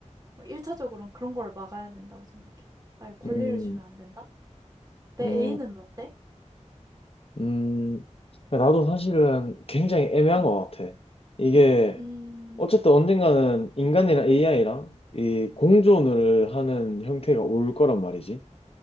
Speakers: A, on the right; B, on the left.
A: 뭐 1차적으로는 그런 걸 막아야 된다고 생각해. 아예 권리를
B: 음. 음.
A: 주면 안 된다? 내
B: 음,
A: 애인은 어때?
B: 음, 나도 사실은 굉장히 애매한
A: 음,
B: 것 같아. 이게,
A: 음,
B: 어쨌든 언젠가는 인간이랑 AI랑 이 공존을 하는 형태가 올 거란 말이지.